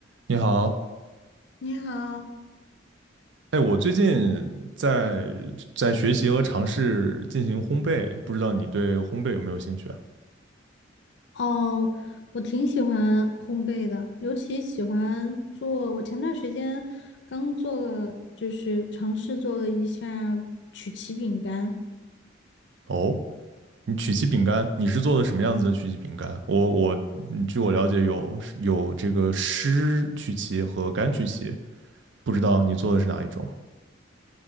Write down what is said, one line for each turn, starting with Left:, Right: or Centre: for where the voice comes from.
Right: 你好，
Left: 你好，
Right: 哎，我最近在在学习和尝试进行烘焙，不知道你对烘焙有没有兴趣啊？
Left: 哦，我挺喜欢烘焙的，尤其喜欢做。我前段时间刚做了，就是尝试做了一下曲奇饼干。
Right: 哦，你曲奇饼干，你是做的什么样子的曲奇饼干？我我嗯据我了解有有这个湿曲奇和干曲奇，不知道你做的是哪一种？